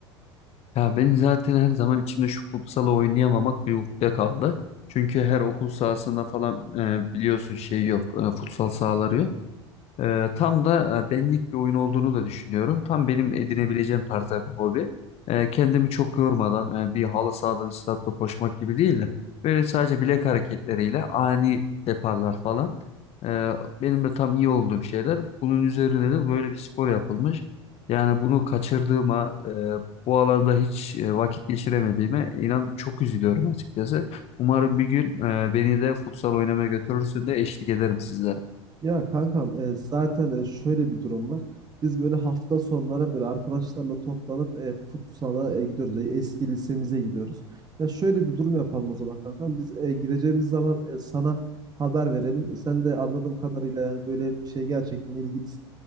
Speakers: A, on the left; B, on the right.
A: Ya ben zaten her zaman içimde şu futsalı oynayamamak bir ukde kaldı. Çünkü her okul sahasında falan e, biliyorsun şey yok, e, futsal sahaları yok. Ee, tam da e, benlik bir oyun olduğunu da düşünüyorum. Tam benim edinebileceğim tarzda bir hobi. Ee, kendimi çok yormadan e, bir halı sahada bir statta koşmak gibi değil de böyle sadece bilek hareketleriyle ani deparlar falan. Ee, benim de tam iyi olduğum şeyler. Bunun üzerine de böyle bir spor yapılmış. Yani bunu kaçırdığıma, e, bu alanda hiç e, vakit geçiremediğime inan çok üzülüyorum açıkçası. Umarım bir gün e, beni de futsal oynamaya götürürsün de eşlik ederim sizlere.
B: Ya kankam e, zaten e, şöyle bir durum var. Biz böyle hafta sonlara böyle arkadaşlarla toplanıp e, futsala e, gidiyoruz. E, eski lisemize gidiyoruz. Ya şöyle bir durum yapalım o zaman kankam. Biz e, gideceğimiz zaman e, sana haber verelim. E, sen de anladığım kadarıyla yani böyle bir şey gerçekten ilgilisin.